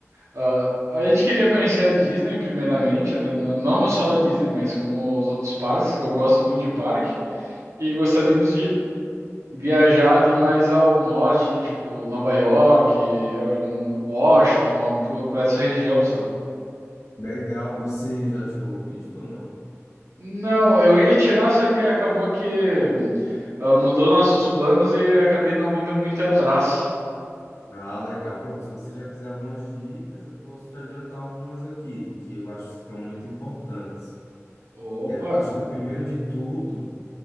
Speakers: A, on the right; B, on the left.
A: ah, a gente queria conhecer a Disney primeiramente, né? Não não só a Disney, mas como os outros parques, que eu gosto muito de parque, e gostaríamos de viajar ali mais ao norte, tipo Nova York, ahn, Washington, por- pra essa região, sabe?
B: Legal, você já tirou o visto ou não?
A: Não, eu ia tirar, só que acabou que hum, ah, mudou nossos planos e acabei não indo muito atrás.
B: Ah, legal. Pronto, se você já quiser algumas dicas, eu posso te adiantar algumas aqui, que eu acho que são muito importantes.
A: Opa,
B: Acho que o primeiro de tudo